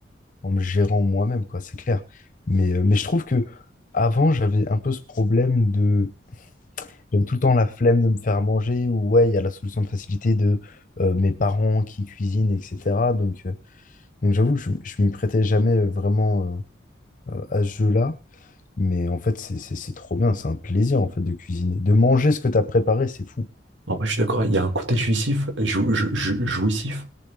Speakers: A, on the left; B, on the right.
A: en me gérant moi-même, quoi, c'est clair. Mais, euh, mais je trouve que avant, j'avais un peu ce problème de. J'avais tout le temps la flemme de me faire à manger, ou ouais, il y a la solution de facilité de euh, mes parents qui cuisinent, etc. Donc, euh, donc j'avoue, que je ne m'y prêtais jamais vraiment euh, euh, à ce jeu-là. Mais en fait, c'est c'est- c'est trop bien, c'est un plaisir en fait de cuisiner. De manger ce que tu as préparé, c'est fou.
B: En vrai, je suis d'accord, il y a un côté jouissif, jou- jou- jou- jouissif